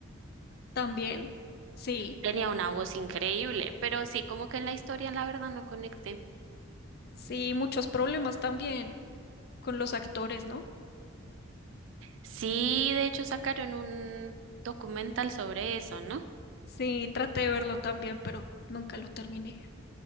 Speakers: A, on the left; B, on the right.
A: También, sí,
B: Tenía una voz increíble, pero sí, como que en la historia, la verdad, no conecté.
A: sí, muchos problemas también con los actores, ¿no?
B: Sí, de hecho, sacaron un documental sobre eso, ¿no?
A: Sí, traté de verlo también, pero nunca lo terminé.